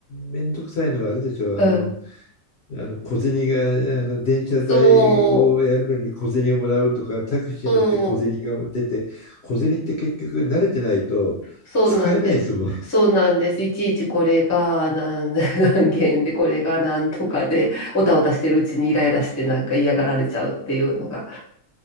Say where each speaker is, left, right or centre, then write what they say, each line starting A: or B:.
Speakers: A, on the left (about 60°); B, on the left (about 15°).
A: めんどくさいのはあれでしょ。
B: うん。
A: あの、あの小銭が、あの電車代をやるのに小銭をもらうとか、
B: そ
A: タクシーに乗って小銭が出て、
B: う、そう、
A: 小銭って結局慣れてないと使えないですもん。
B: そうなんです。そうなんです。いちいちこれが何、<laughs> 何件で、これが何とかで、おたおたしてるうちにイライラしてなんか嫌がられちゃうっていうのが